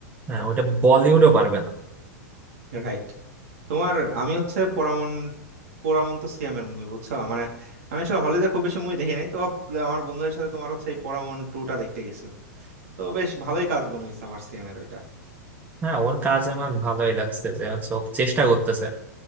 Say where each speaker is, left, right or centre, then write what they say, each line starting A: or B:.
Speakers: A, on the right; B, on the right.
A: হ্যাঁ ওটা বলিউডও পারবে না
B: রাইট তোমার আমি হচ্ছে পোড়ামন পোড়ামন্ত সিয়ামের মুভি বুঝছো মানে আমি আসলে হলে যে খুব বেশি মুভি দেখি নাই তো ভাব- আমার বন্ধুদের সাথে তোমার হচ্ছে এই পোড়ামন টুটা দেখতে গেছিলাম তো বেশ ভালোই কাজ মনে হয়েছে আমার সিয়ামের ওইটা
A: হ্যাঁ ওর কাজ আমার ভালোই লাগছে যে হচ্ছে ও চেষ্টা করতেছে